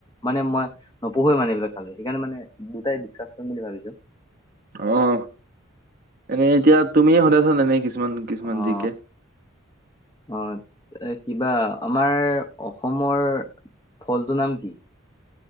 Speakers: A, on the left (about 20°); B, on the right (about 45°).
A: মানে মই নঢ়ুৱে মানে এইবিলাক চালো সেইকাৰণে মানে দুটাই বিশ্বাস ম বুলি ভাবিছো।
B: অ' এনেই এতিয়া তুমিয়ে সোধাইছ এনে কি কি্মন কিৃষ্মানমানজি
A: অ',
B: কে।
A: অ', এ কিবা আমাৰ অসমৰ ফলটো নাম কি?